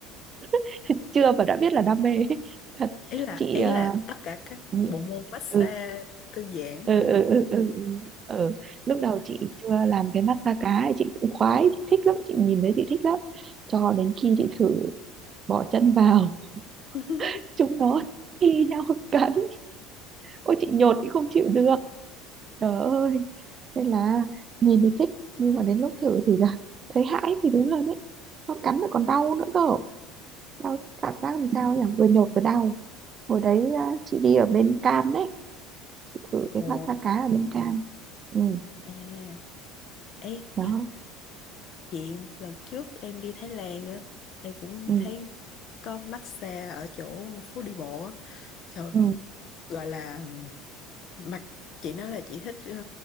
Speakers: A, on the right (about 30°); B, on the left (about 45°).
A: <laughs> chưa và đã biết là đam mê <laughs> thật
B: ý là
A: chị
B: ý
A: ờ,
B: là tất cả các
A: nhị-
B: bộ môn massage
A: ừ
B: thư giãn
A: ừ
B: rồi đó
A: ừ ừ ừ ừ. ừ. lúc đầu chị chưa làm cái mắt da cá ấy, chị cũng khoái chị thích lắm chị nhìn thấy chị thích lắm cho đến khi chị thử bỏ chân vào
B: <laughs>
A: <laughs> chúng nó thi nhau cắn ôi chị nhột chị không chịu được trời ơi nên là nhìn thì thích nhưng mà đến lúc thử thì là <laughs> thấy hãi thì đúng hơn đấy nó cắn lại còn đau nữa cơ đau cảm giác làm sao nhỉ vừa nhột vừa đau hồi đấy à, chị đi ở bên Cam đấy chị thử cái
B: Ồ,
A: massage cá ở bên Cam ừ
B: à ấy
A: đó
B: chị lần trước em đi Thái Lan á em cũng
A: ừ,
B: thấy có massage ở chỗ phố đi bộ á Trời,
A: ừ
B: gọi là Mặt chị nói là chị thích ờ,